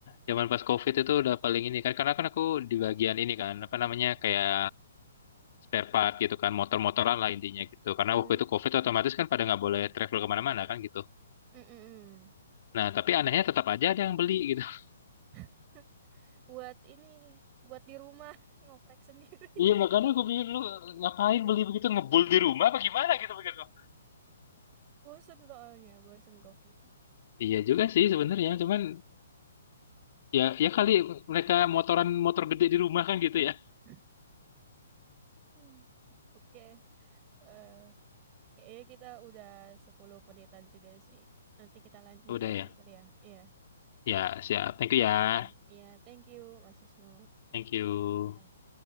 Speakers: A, on the left; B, on the right.
A: zaman pas COVID itu udah paling ini kan karena kan aku di bagian ini kan apa namanya kayak spare part gitu kan motor-motoran lah intinya gitu karena
B: Mm,
A: waktu itu COVID
B: mm,
A: otomatis kan pada nggak boleh travel kemana-mana kan gitu
B: mm, mm, mm.
A: nah tapi anehnya tetap aja ada yang beli gitu <laughs>
B: <laughs> Buat ini, buat di rumah <laughs> ngoprek sendiri.
A: Iya makanya aku pikir lu ngapain beli begitu ngebul di rumah apa gimana gitu pikir gua.
B: <laughs> Bosen soalnya, bosen COVID.
A: iya juga sih sebenarnya cuman ya ya kali mereka motoran motor gede di rumah kan gitu ya
B: <laughs> Hmm, Oke, eh, kayaknya kita udah 10 menitan juga sih. Nanti kita lanjut
A: udah
B: lagi
A: ya
B: kali ya. Iya.
A: ya siap thank you ya
B: Heeh. Iya, thank you Mas Wisnu.
A: thank you
B: Ya.